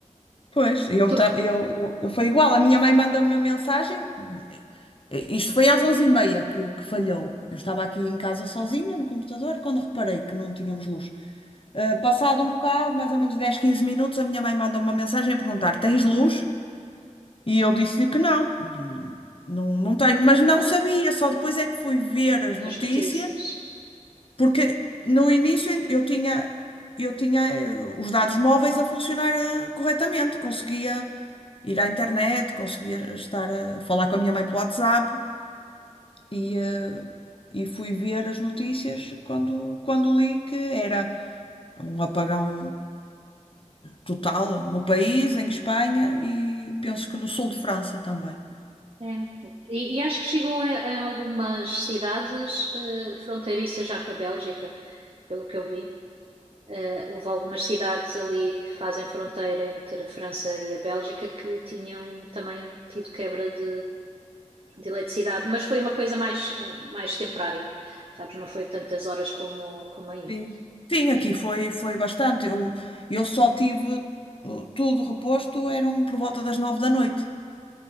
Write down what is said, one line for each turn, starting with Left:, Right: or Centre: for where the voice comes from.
Left: Pois, eu,
Right: Tu,
Left: ta- eu, eu, eu foi igual. A minha mãe manda-me uma mensagem. eh, Isto foi às onze e meia que, que falhou. Eu estava aqui em casa sozinha no computador quando reparei que não tínhamos luz. Eh, passado um bocado, mais ou menos 10 15 minutos, a minha mãe manda-me uma mensagem a perguntar: Tens luz? E eu disse-lhe que não, de- não, não tenho, mas não sabia, só depois é que fui ver as notícias
Right: as notícias.
Left: porque no início ainda eu tinha, eu tinha eh, os dados móveis a funcionar eh, corretamente, conseguia ir à internet, conseguia estar a falar com a minha mãe pelo WhatsApp e, eh, e fui ver as notícias quando, quando li que era um apagão total no país, em Espanha e penso que no sul de França também.
Right: É. E, e acho que chegou em, em algumas cidades eh, fronteiriças já com a Bélgica, pelo que eu vi. Eh, houve algumas cidades ali que fazem fronteira entre a França e a Bélgica que tinham também tido quebra de, de eletricidade, mas foi uma coisa mais, eh, mais temporária, sabes? Não foi tantas horas como, como aí.
Left: Sim. Sim, aqui foi, foi bastante. Eu, eu só tive eh, tudo reposto, eram por volta das nove da noite.